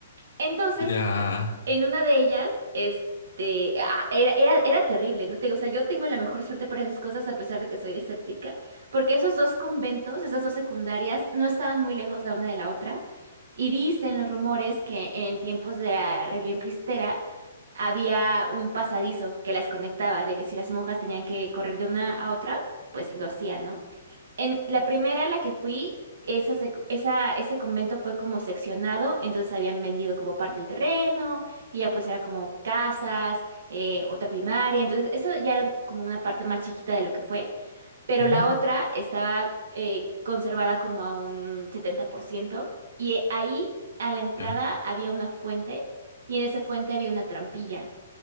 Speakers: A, on the right; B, on the left.
A: Entonces,
B: Ya.
A: en una de ellas, este, ah, era, era, era terrible, ¿no? Te digo, o sea, yo tengo la mejor suerte para esas cosas a pesar de que soy escéptica, porque esos dos conventos, esas dos secundarias, no estaban muy lejos la una de la otra. Y dicen los rumores que en tiempos de la rebelión cristera había un pasadizo que las conectaba, de que si las monjas tenían que correr de una a otra, pues lo hacían, ¿no? En la primera a la que fui, esa, sec- esa, ese convento fue como seccionado, entonces habían vendido como parte del terreno, y ya pues era como casas, eh, otra primaria, entonces eso ya era como una parte más chiquita de lo que fue, pero
B: Ujú,
A: la otra estaba eh, conservada como a un 70% y eh, ahí a la entrada
B: ya.
A: había una fuente, y en esa fuente había una trampilla,